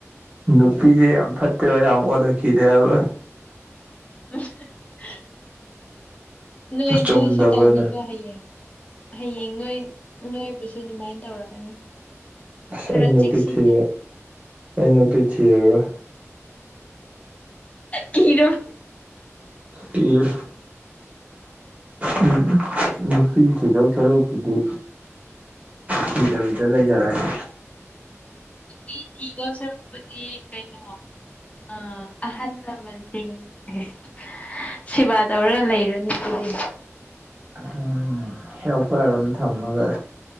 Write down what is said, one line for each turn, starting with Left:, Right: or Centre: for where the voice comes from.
Right: ꯅꯨꯄꯤꯖꯦ ꯌꯥꯝ ꯐꯠꯇꯦꯕ ꯌꯥꯝ ꯑꯣꯜꯂꯛꯈꯤꯅꯦ ꯍꯥꯢꯕ
Left: <unintelligible> ꯅꯣꯏ
Right: ꯆꯨꯝꯗꯕ꯭ꯔꯅꯦ
Left: ꯅꯣꯏꯁꯨ ꯇꯧꯅꯤꯀꯣ ꯍꯌꯦꯡ ꯍꯌꯦꯡ ꯅꯣꯏ ꯅꯣꯏꯕꯁꯨ ꯑꯗꯨꯃꯥꯏꯟ ꯇꯧꯔꯛꯀꯅꯤ
Right: ꯑꯁ
Left: ꯈꯔ
Right: ꯑꯩ ꯅꯨꯄꯤ
Left: ꯆꯦꯛꯁꯤꯟꯅ
Right: ꯊꯤ ꯑꯩ ꯅꯨꯄꯤ ꯊꯤꯔꯔꯣꯏ
Left: ꯀꯤꯔꯣ
Right: ꯀꯤꯔꯦ ꯎꯝ ꯅꯨꯄꯤ ꯊꯤꯗꯧ ꯁꯔꯨꯛꯄꯨꯗꯤ ꯊꯤꯗꯕꯤꯗ ꯂꯩꯖꯔꯒꯦ
Left: ꯅꯨꯄꯤ ꯊꯤꯗꯧ ꯁꯔꯨꯛꯄꯨꯗꯤ ꯀꯩꯅꯣ ꯑ ꯑꯍꯟ ꯂꯃꯟ ꯁꯤꯡ <unintelligible> ꯁꯦꯕꯥ ꯇꯧꯔꯒ ꯂꯩꯔꯨꯅꯤ ꯑꯗꯨꯗꯤ
Right: ꯍꯝ ꯍꯦꯜꯄꯔ ꯑꯝ ꯊꯝꯃꯒ